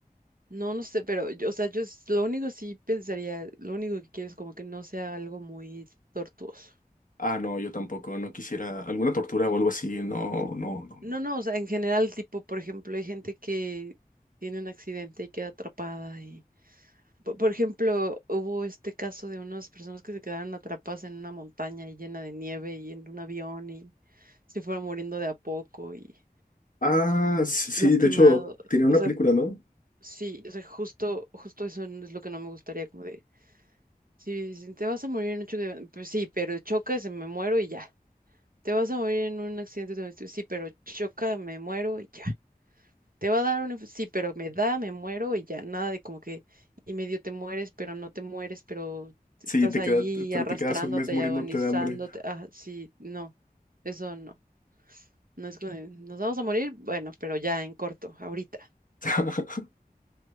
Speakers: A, on the right; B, on the left.
A: No, no sé, pero, yo- o sea, yo s- lo único sí pensaría, lo único que quiero es como que no sea algo muy tortuoso.
B: Ah, no, yo tampoco, no quisiera alguna tortura o algo así, no, no, no, no.
A: No, no, o sea, en general, tipo, por ejemplo, hay gente que tiene un accidente y queda atrapada y, po- por ejemplo, hubo este caso de unas personas que se quedaron atrapadas en una montaña y llena de nieve y en un avión y se fueron muriendo de a poco y
B: Ah, sí, sí,
A: lastimado,
B: de hecho, tenía una
A: o sea,
B: película, ¿no?
A: sí, o sea, justo, justo eso no es lo que no me gustaría, como de, si, si te vas a morir en un choque, de- avión, pues sí, pero choca y se me muero y ya. Te vas a morir en un accidente, de- avión, sí, pero choca, me muero y ya. Te va a dar un... inf- Sí, pero me da, me muero y ya, nada de como que y medio te mueres, pero no te mueres, pero estás
B: Sí, te
A: ahí
B: queda, pero
A: arrastrándote
B: te quedas un mes muriéndote
A: y agonizándote.
B: de hambre.
A: Ah, sí, no, eso no. No es como, de, nos vamos a morir, bueno, pero ya en corto, ahorita,
B: <laughs>